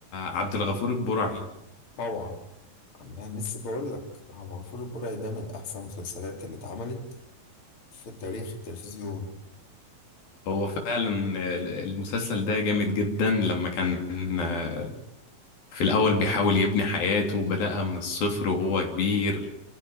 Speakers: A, on the left (about 75°); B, on the left (about 35°).
A: عبد الغفور البرعي
B: طبعا انا لسه بقول لك هو مغفور البرعي ده من احسن المسلسلات اللي اتعملت في تاريخ التلفزيون
A: هو فعلا آه، المسلسل ده جامد جدا لما كان آه، في الأول بيحاول يبني حياته وبدأها من الصفر وهو كبير